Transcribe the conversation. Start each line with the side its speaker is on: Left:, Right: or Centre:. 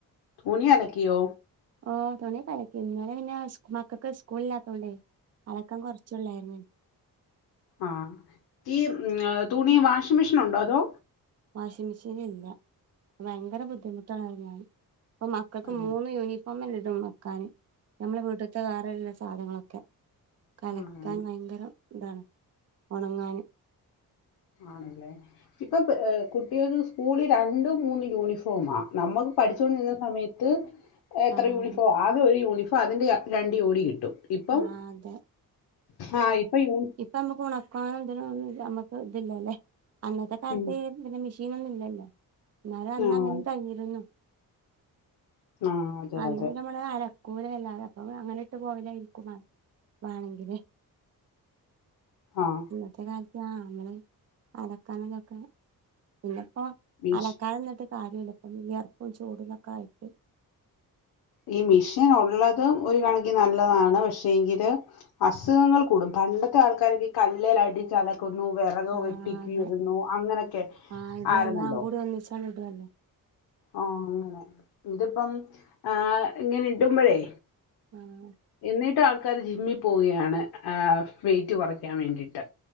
Left: തുണി അലക്കിയോ?
Right: ഓ തുണിയൊക്കെ അലക്കി ഇന്നലെ പിന്നെ മക്കൾക്ക് സ്കൂൾ ഇല്ലാത്തോണ്ടേ അലക്കാൻ കുറച്ചേ ഉള്ളായിരുന്നു.
Left: ആ ഈ തുണി വാഷിംഗ് മെഷീൻ ഉണ്ടോ അതോ
Right: വാഷിംഗ് മെഷീൻ ഇല്ല ഭയങ്കര ബുദ്ധിമുട്ടാണ് ഇപ്പൊ മക്കൾക്ക്
Left: ആഹ്
Right: മൂന്ന് യൂണി <unintelligible> ഇതും വെക്കാൻ നമ്മുടെ വീട്ടിലത്തെ വേറെള്ള സാധനങ്ങളൊക്കെ ഒക്കെ അലക്കാൻ
Left: ആഹ്
Right: ഭയങ്കര ഇതാണ് ഉണങ്ങാനും
Left: ആണല്ലേ ഇപ്പൊ പ് കുട്ടികൾ സ്കൂളി രണ്ടു മൂന്ന് യൂണിഫോമാ നമ്മുക്ക് പഠിച്ചോണ്ടിരുന്ന സമയത്ത് എത്ര
Right: ആ
Left: യൂണിഫോം
Right: അതെ
Left: ആ അകെ ഒരു യൂണിഫോം അതിന്റെ ര രണ്ട് ജോഡി കിട്ടും ഇപ്പം
Right: ആ അതെ
Left: ആ ഇപ്പൊ യൂ
Right: ഇപ്പം നമുക്ക് ഉണക്കാൻ തിനൊന്നും ഇല്ല നമക്ക് ഇതില്ലല്ലേ അന്നത്തെ കാലത്ത്
Left: ഉം
Right: ഇങ്ങനെ മെഷീൻ ഒന്നും ഇല്ലല്ലോ എന്നാലും അന്ന്
Left: ആഹ്
Right: അങ്ങനെ കഴിഞ്ഞിരുന്നു.
Left: ആഹ് അതെ
Right: അന്നിട്ട്
Left: അതെ
Right: നമ്മള് അലക്കൂലെ അല്ലാതെ അപ്പൊ അങ്ങനെ ഇട്ട് പോവലായി <unintelligible> വാണെങ്കിൽ
Left: ആഹ്
Right: ഇന്നത്തെ കാലത്ത് ആഹ് അങ്ങനെ അലക്കാനുംതാക്കാനും പിന്നെ ഇപ്പോ
Left: വിഷ്
Right: അലക്കാതെ നിന്നിട്ട് കാര്യല്ല ഇപ്പ വിയർപ്പും ചൂടും ഇതൊക്കെ ആയിട്ട്
Left: ഈ മിഷീൻ ഉള്ളതും ഒരു കണകിന് നല്ലതാണ് പക്ഷേ എങ്കില് അസുഖങ്ങൾ കൂടും പണ്ടത്തെ ആൾക്കാരോക്കെ ഈ കല്ലെൽ അടിച്ച് അല ക്കുന്നു വിറക്
Right: ആ
Left: വെട്ടിക്കീറുന്നു
Right: അതെ
Left: അങ്ങനെയൊക്കെ
Right: ആ ഇത്
Left: ആയിരുന്നല്ലോ
Right: എല്ലാം <unintelligible>
Left: ആഹ് അങ്ങനെ ഇതിപ്പം ആഹ് ഇങ്ങനെ ഇടുമ്പൊഴെ
Right: ആഹ്
Left: എന്നിട്ടും ആൾക്കാര് ജിമ്മിൽ പോവുകയാണ് ആഹ് വെയിറ്റ് കുറക്കാൻ വേണ്ടിയിട്ട്